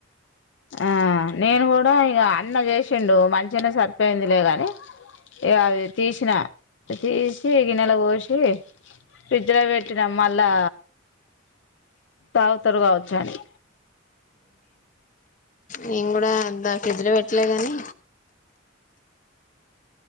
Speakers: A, on the left; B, on the left.
A: ఆ నేను గూడా ఇగా అన్న జేసిండు, మంచిగానే సరిపోయిందిలేగాని. ఇగా అది తీసిన, తీసి గిన్నెల బోషి. ఫ్రిడ్జ్ లో పెట్టినా మళ్ళా తాగుతరు కావచ్చు అని
B: నేను కూడా దా ఫ్రిడ్జ్లో పెట్టలే గాని